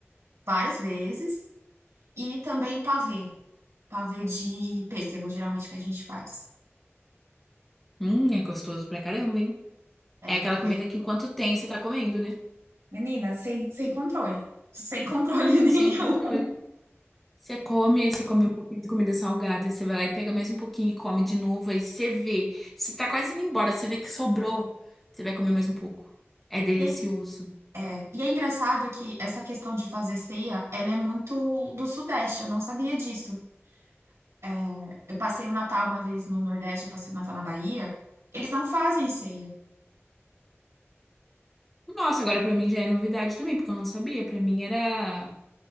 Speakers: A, on the right; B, in the centre.
A: várias vezes. E também pavê. Pavê de pêssego, geralmente, que a gente faz.
B: Hum, é gostoso pra caramba, hein?
A: É,
B: É aquela
A: pavê.
B: comida que enquanto tem, você tá comendo, né?
A: Menina, sem, sem controle. Sem controle <laughs> nenhum.
B: Sem controle. Você come, aí você come um pouquinho de comida salgada, você vai lá e pega mais um pouquinho e come de novo, aí você vê, você tá quase indo embora, você vê que sobrou, você vai comer mais um pouco. É delicioso.
A: E aí, É, e é engraçado que essa questão de fazer ceia, ela é muito do Sudeste, eu não sabia disso. É, eu passei o Natal uma vez no Nordeste, eu passei o Natal na Bahia, eles não fazem ceia,
B: Nossa, agora pra mim já é novidade também, porque eu não sabia, Pra mim era